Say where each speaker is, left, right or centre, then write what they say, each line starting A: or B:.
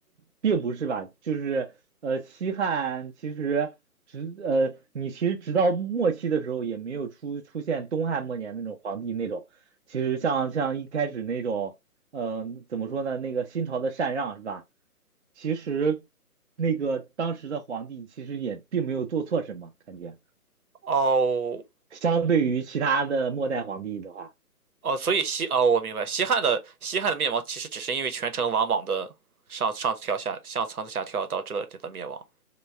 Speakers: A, on the right; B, on the right.
A: 并不是吧，就是呃，西汉其实直呃，你其实直到末期的时候也没有出出现东汉末年那种皇帝那种，其实像像一开始那种，呃，怎么说呢，那个新朝的禅让是吧？其实那个当时的皇帝其实也并没有做错什么，感觉
B: 哦
A: 相对于其他的末代皇帝的话。
B: 哦，所以西哦，我明白，西汉的西汉的灭亡其实只是因为权臣王莽的上上跳下上上下跳导致了这个灭亡。